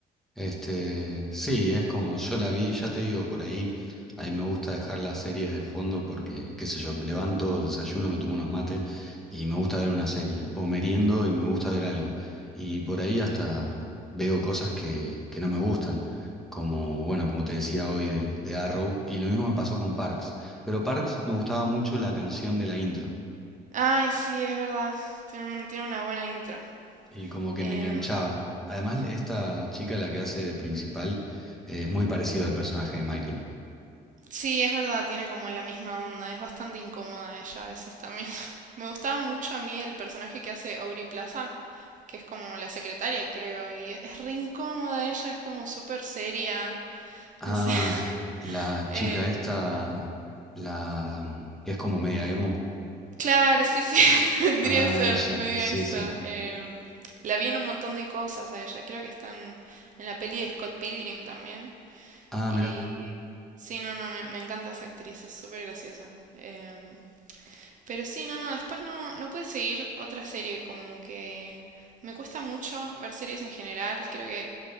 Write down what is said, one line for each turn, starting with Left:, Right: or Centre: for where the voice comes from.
Centre: Este, sí, es como yo la vi, ya te digo, por ahí, a mí me gusta dejar las series de fondo porque, qué sé yo, me levanto, desayuno, me tomo unos mates y me gusta ver una serie, o meriendo y me gusta ver algo. Y por ahí hasta veo cosas que, que no me gustan, como, bueno, como te decía hoy de, de Arrow, y lo mismo me pasó con Parks, pero Parks me gustaba mucho la canción de la intro
Right: <laughs> Ay, sí, es verdad, tiene, un- tiene una buena intro.
Centre: y como que
Right: Em,
Centre: me enganchaba. Además, esta chica, la que hace de principal, eh, es muy parecido al personaje de Michael.
Right: sí, es verdad, tiene como la misma onda, es bastante incómoda ella a veces también. <laughs> Me gustaba mucho a mí el personaje que hace Aubrey Plaza, que es como la secretaria, creo, y es re incómoda ella, es como súper seria.
Centre: Ah,
Right: No sé. <laughs>
Centre: la
Right: Eh,
Centre: chica esta, la mm, que es como media emo.
Right: claro, sí, sí, <laughs> vendría
Centre: Ah,
Right: a ser
Centre: ella,
Right: medio
Centre: sí,
Right: eso.
Centre: sí.
Right: Em, la vi en un montón de cosas a ella. Creo que están en la peli de Scott Pilgrim también.
Centre: Ah,
Right: Y
Centre: mira,
Right: sí, no, no, me, me encanta esa actriz, es súper graciosa. Em, pero sí, no, no, después no, no pude seguir otra serie, como que me cuesta mucho ver series en general. Creo que